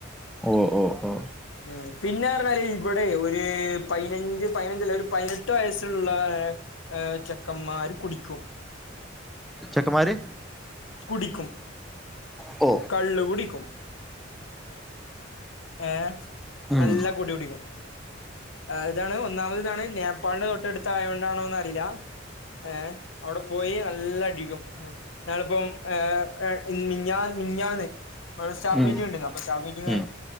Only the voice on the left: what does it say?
ഉം പിന്നെ പറഞ്ഞാല് ഇവിടെ ഒരു പയിനഞ്ച് പയിനഞ്ച് അല്ല ഒരു പതിനെട്ട് വയസ്സ് ഒള്ള ഏ ചെക്കന്മാര് കുടിക്കും
കുടിക്കും
കള്ള് കുടിക്കും ഏ നല്ല
കുടി കുടിക്കും ഇതാണ് ഒന്നാമത് ഇതാണ് നേപ്പാളിന്റെ തൊട്ട് അടുത്ത് ആയോണ്ട് ആണോന്ന് അറിയില്ല ഏഹ് അവിടെ പോയി നല്ല അടിക്കും ഉം നല്ലപ്പം എ എ മിനിഞ്ഞാന്ന് മിനിഞ്ഞാന്ന് മന സ്റ്റാഫ്
മീറ്റിംഗ്
ഉണ്ടായിരുന്നു അപ്പൊ സ്റ്റാഫ് മീറ്റിംഗ്